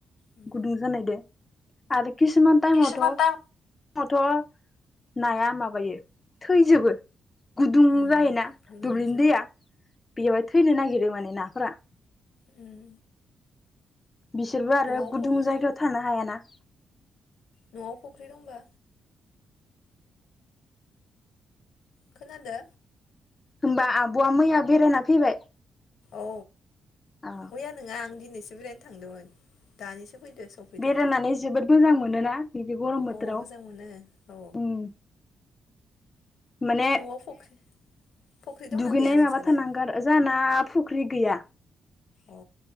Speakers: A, on the left (about 80°); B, on the left (about 20°).
A: उम
B: गुदुं जानाय दो। आरो खिसुमान टाइमावथ
A: किसुमान टाइम
B: फोराथ' नाया माबायो थैजोबो। गुदुं
A: उम
B: जायोना
A: गुदुंसो
B: दुब्लिनि दैया। बेयावहाय थैनो नागिरो माने नाफोरा।
A: उम।
B: बिसोरबो आरो
A: न'आव
B: गुदुं
A: फख्रि
B: जायगायाव थांनो हायाना।
A: न'आव फुख्रि दंबा? खोनादो।
B: होमबा आब'आ मैया बेरायना फैबाय।
A: औ
B: अ
A: मैया नङा आं दिनैसो बेरायनो थांदोंमोन दानिसो फैदो सफैदो
B: बेरायनानै जोबोद मोजां मोनोना। बिदि गरम बोथोराव
A: अ मोजां मोनो औ
B: उम। माने
A: न'आव फख्रि फख्रि दंना
B: दुगैनाय
A: गैया
B: माबा
A: नोंसालाय
B: थानांगौ आरो जोहा ना फु फख्रि गैया।
A: अ